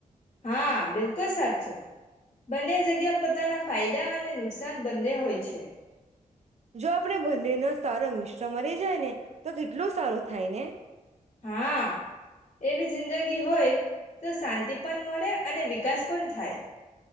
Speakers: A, on the left (about 45°); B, on the right (about 50°).
A: હા બિલકુલ સાચું. બંને જગ્યા પોતાના ફાયદા અને નુકસાન બંને હોય છે.
B: જો આપણે બંને નો.. <unintelligible> <unintelligible> મરી જાય ને તો કેટલું સારું થાય ને!
A: હા એવી જિંદગી હોય તો શાંતિ પણ મળે અને વિકાસ પણ થાય.